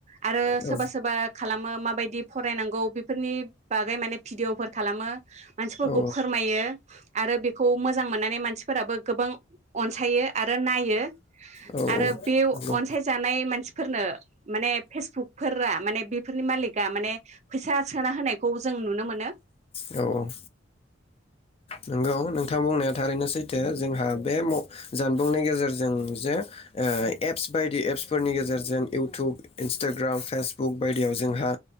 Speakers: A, on the right; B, on the left.
A: आरो सोरबा
B: औ
A: सोरबा खालामो माबायदि फरायनांगौ बेफोरनि बागै माने भिडिअ'फोर खालामो। मानसिफोरखौ
B: औ
A: फोरमायो आरो बे मोजां मोननानै मानसि फोराबो गोबां अनसायो। आरो नायो।
B: औ
A: आरो बेव
B: नंगौ
A: अनसायजानाय मानसि फोरनो माने फेसबुक फोरा माने बेफोरनि मालिकआ माने फैसा सोना होनायखौ जों नुनो मोनो।
B: औ औ। नंगौ नोंथां बुंनाया थारैनो सैथो जोंहा बे म जानबुंनि गेजेरजों जे ओ एप्स बायदि एप्सफोरनि गेजेरजों इउटुब इन्सटाग्राम फेसबुक बायदियाव जोंहा